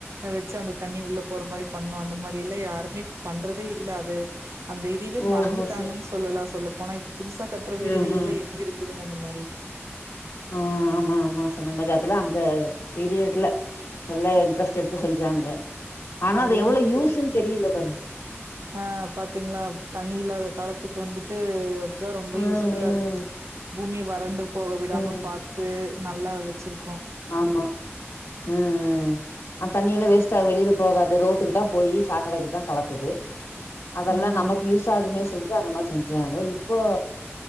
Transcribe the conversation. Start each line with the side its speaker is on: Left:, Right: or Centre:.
Right: வெச்சா அந்த தண்ணி உள்ள போற மாரி பண்ணோ அந்த மாரி எல்லா யாருமே பண்றதே இல்ல அது அந்த இதுவே
Left: ஓஹோ
Right: மறந்துட்டாங்கன்னு
Left: சேரி
Right: சொல்லலா சொல்ல ப் போனா இப்போ புதுசா கட்ற வீடுகள்
Left: அஹ
Right: எல்லா எங்க இருக்கு துங்க அந்த மாரி
Left: ஆ ஆமா ஆமா சொன்னது மாரி அதுல்லா அந்த பீரியட்ல எல்லா இன்ட்ரெஸ்ட் எடுத்து செஞ்சாங்க ஆனா
Right: அது வந்து
Left: எவ்ளோ யூஸ்ன்னு தெரியல பாருங்க
Right: ஆ பாத்தீங்களா தண்ணி இல்லாத காலத் த்துக்கு வந்துட்டு தா ரொம்ப
Left: ம்
Right: யூஸ் ஃபுல்லா
Left: ம்
Right: இருக்கு பூமியே வறண்டு போக விடாம
Left: ம்
Right: பாத்து நல்லா வெச்சிரு
Left: ஆமா அ அ ஆ தண்ணியில வேஸ்ட்டா வெளியில போகாதுரோட்டுக்கு தா போயி சாக்கடைக்குதா கலக்குது அதெல்லா
Right: ம்
Left: நமக்கு யூஸ் ஆகுமே சொல் த அந்த மாரி செஞ்சாங்க இப்போ